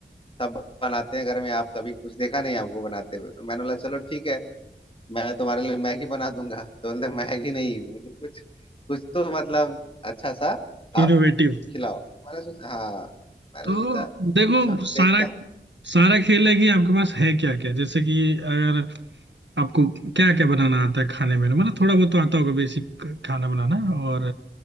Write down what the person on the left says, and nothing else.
सब बनाते हैं घर में आप कभी कुछ देखा नहीं आपको बनाते हुए तो मैंने बोला चलो ठीक है मैं तुम्हारे लिए मैगी बना दूंगा तो बोलते मैगी नहीं मुझे कुछ कुछ तो मतलब अच्छा सा आप
खिलाओ मैंने सोचा हाँ मैंने
सोचा
चलो
देखता हूँ